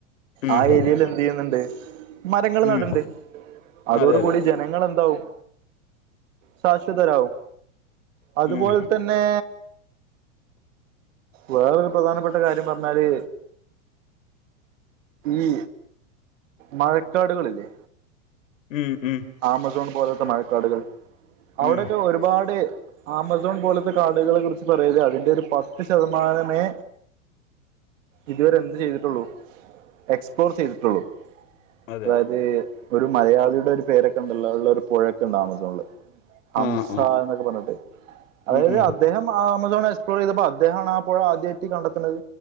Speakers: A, on the left; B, on the right.
A: ഉം
B: ആ
A: ഉം
B: ഏരിയയിൽ എന്ത് ചെയ്യുന്നുണ്ട് മരങ്ങൾ
A: ഉം
B: നടണ്ട് അതോട്
A: അതെ അതെ
B: കൂടി ജനങ്ങളെന്താവും ശാശ്വതരാവും അതുപോലെ
A: ഉം
B: തന്നെ വേറൊരു പ്രധാനപ്പെട്ട കാര്യം പറഞ്ഞാല് ഈ മഴക്കാടുകളില്ലേ
A: ഉം ഉം
B: ആമസോൺ പോലത്തെ മഴക്കാടുകൾ അവിടൊക്കെ
A: ഉം
B: ഒരുപാട് ആമസോൺ പോലത്തെ കാടുകളെ കുറിച്ച് പറയുക അതിന്റെ ഒരു പത്ത് ശതമാനമേ ഇതുവരെ എന്ത് ചെയ്തിട്ടുള്ളൂ എക്സ്പ്ലോർക് ചെയ്തിട്ടുള്ളു
A: അതെ
B: അതായത്
A: അതെ
B: ഒരു മലയാളിയുടെ ഒരു പേരൊക്കെ ണ്ടെല്ലൊ ഉള്ള ഒരു പുഴക്കെണ്ട് ആമസോണില് ഹംസ
A: ആഹ് ആഹ്
B: എന്നൊക്കെ പറഞ്ഞിട്ട് അതായത്
A: ഉം ഉം
B: അദ്ദേഹം ആമസോൺ എക്സ്പ്ലോർ ചെയ്തപ്പോ അദ്ദേഹമാണ് ആ പുഴ ആദ്യമായിട്ട് കണ്ടെത്തുന്നത്